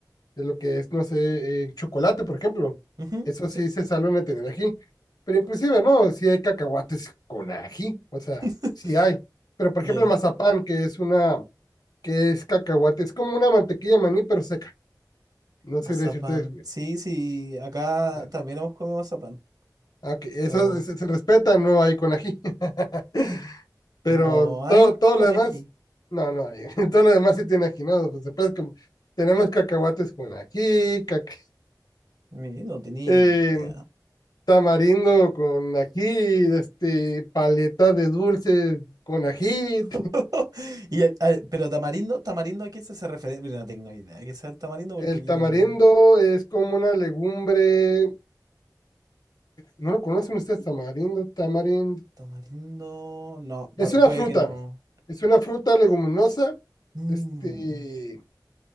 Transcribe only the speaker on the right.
Ujú,
sí.
<laughs>
Ya.
Mazapán.
Sí, sí, acá
también hemos comido mazapán.
No,
no hay
con
ají.
Mi, no tenía
idea.
<laughs> Y el- al- pero tamarindo, tamarindo a qué se hace referencia. No tengo idea de que sea el tamarindo porque
aquí
no.
Tamarindo. No, pu-
puede
que no.
Mm,